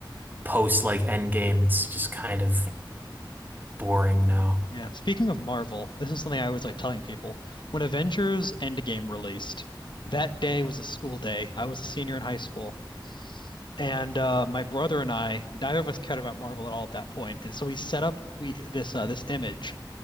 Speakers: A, on the right; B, on the left.
A: post like Endgame, it's just kind of boring now.
B: Yeah. Speaking of Marvel, this is something I always like telling people. When Avengers Endgame released, that day was a school day. I was a senior in high school. And uh, my brother and I, neither of us cared about Marvel at all at that point. And so we set up we this uh, this image